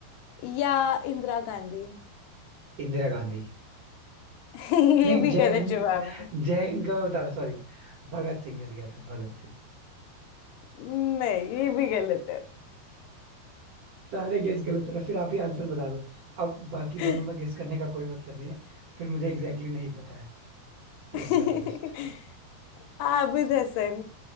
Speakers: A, on the left (about 80°); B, on the right (about 60°).
A: या इंदिरा गांधी
B: इंदिरा गांधी
A: <laughs> ये
B: नहीं
A: भी
B: जय
A: गलत
B: हिंद
A: जवाब है
B: जय हिंद का मैं बता रहा सॉरी भगत सिंह ने दिया था भगत सिंह
A: नहीं ये भी गलत
B: सारे गेस गलत हो रहा फिर आप ही आंसर बता दो अब बाकी
A: है
B: दोनों में गेस करने का कोई मतलब नहीं है फिर मुझे एग्जैक्टली exactly नहीं पता है to be
A: <laughs>
B: honest
A: आबिद हसन